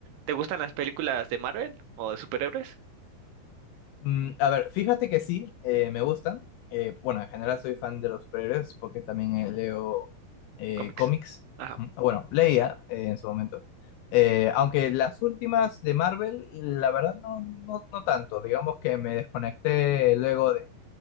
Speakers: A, on the right (about 80°); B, on the left (about 85°).
A: ¿te gustan las películas de Marvel o de superhéroes?
B: Mm, a ver, fíjate que sí, eh, me gustan. Eh, bueno, en general soy fan de los superhéroes porque también eh, leo eh,
A: Cómics.
B: cómics.
A: Ajá.
B: Mm, Bueno, leía eh, en su momento. Eh, aunque las últimas de Marvel, la verdad no, no, no tanto. Digamos que me desconecté luego de,